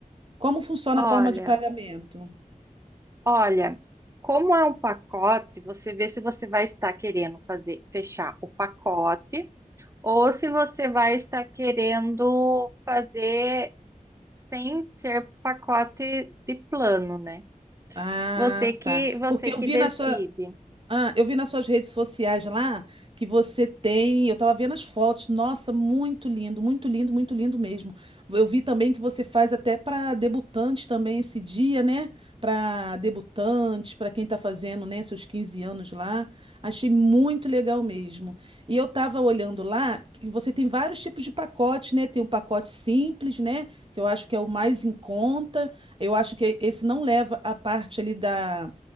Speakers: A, on the right (about 35°); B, on the right (about 20°).
A: Como funciona
B: Olha,
A: a forma de pagamento?
B: olha, como é um pacote, você vê se você vai estar querendo fazer, fechar o pacote ou se você vai estar querendo fazer sem ser pacote de plano, né?
A: Ah,
B: Você que
A: tá.
B: você
A: Porque
B: que
A: eu vi
B: decide.
A: na sua, Ah, eu vi nas suas redes sociais lá que você tem. Eu estava vendo as fotos. Nossa, muito lindo, muito lindo, muito lindo mesmo. Eu vi também que você faz até para debutantes também esse dia, né? Para debutantes, para quem está fazendo, né, seus 15 anos lá. Achei muito legal mesmo. E eu estava olhando lá que você tem vários tipos de pacotes, né? Tem um pacote simples, né? Que eu acho que é o mais em conta. Eu acho que esse não leva a parte ali da